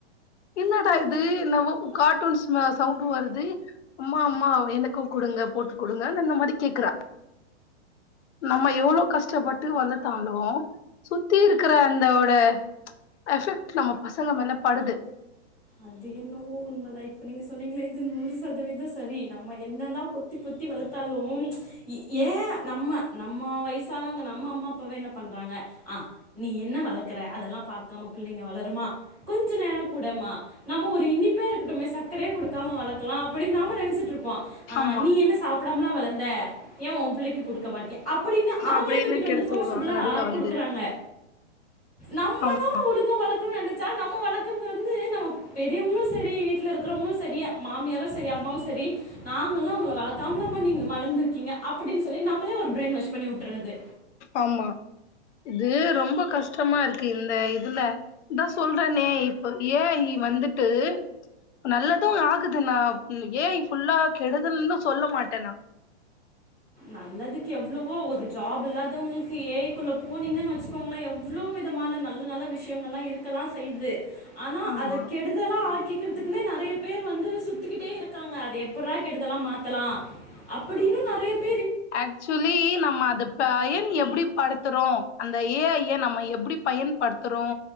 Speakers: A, on the left; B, in the centre.
A: என்னடா
B: பாரு
A: இது என்னவோ காட் <unintelligible> வ சவுண்டு வருது அம்மா அம்மா எனக்கு குடுங்க போட்டுத் குடுங்க னு இந்த மாரி கேக்குறா நம்ம எவ்ளோ கஷ்டப்பட்டு வளத்தாலு சுத்தி இருக்கிற அந்தோட எஃபெக்ட் நம்ம பசங்க மேல படுது
B: அது என்னவோ உண்மதா இப்ப நீங்க சொன்னீங்களே இது நூறு சதவீத சரி நம்ம என்னதா பொத்தி பொத்தி வளத்தாலு எ நம்ம நம்ம வய்சானவங்க நம்ம அம்மா அப்பாவ என்ன பண்றாங்க ஆ நீ என்ன வளக்கற அதெல்லா பாக்காம பிள்ளைங்க வளருமா கொஞ்ச நேரோ குடேமா நம்ம ஒரு இனிப்பே இருக்கட்டுமே சக்கரயே குடுக்காம வளக்கலா அப்படின் நாம நெனைச்சிட்டுருப் வா
A: ஆமா
B: நீ என்ன சாப்பி <unintelligible> லா வளந்த ஏ உம்பிள்ளைக்கு குடுக்க மாட்டியா அப்படின்னு அவங்களே
A: அப்டின்னு
B: தூக்கிட்டு
A: கெடுத்து
B: வந்து ஃபோர்சபலா
A: வுடுவாங்க நடுவுல வந்து
B: குடுக்குறாங்க நம்ம
A: ஆமா
B: தா ஒலுங்கா வளத்தோ <unintelligible> தா நம்ம வளக்கறது வந்து நம்ம பெரியவங்களு செரி வீட்ல இருக்கிறவங்களு செரி மாமியாரு செரி அம்மாவு செரி நாங்களல்லா உங்கள வளக்காம்லா ம நீங்க வளந்திருக்கீங்க அப்படின் சொல்லி நம்மளே ஒரு பிரைன் வாஷ் பண்ணி உட்டுறது
A: ஆமா இது ரொம்ப கஷ்டமா இருக்கு இந்த இதுல இதா சொல்றேனே இப்ப ஏ ஐ வந்துட்டு நல்லது ஆகுது நா ஏ ஐ ஃபுல்லா கெடுதல்னு சொல்ல மாட்டே நா
B: நல்லதுக்கு எவ்வளவோ ஒரு ஜாப் இல்லாதவங்களுக்கு ஏ ஐ க்குள்ள போனீங்கன்னு வச்சுக்கோங்களே எவ்ளோ விதமான நல்ல நல்ல விஷயங்கள்லா இருக்க தா செய்யிது ஆனா
A: ஆமா
B: அத கெடுதலா ஆக்கிக் க்கறதுக்கனே நெறைய பேர் வந்து சுத்திக்கிட்டே இருக்காங்க அத எப்பிட்றா கெடுதலா மாத் லா அப்படின்னு நெறையப்
A: ஆக்ஸுலி நம்ம அத பயன் எப்படி படுத்தறோ அந்த ஏ ஐ ய நம்ம எப்டி பயன்படுத்துறோ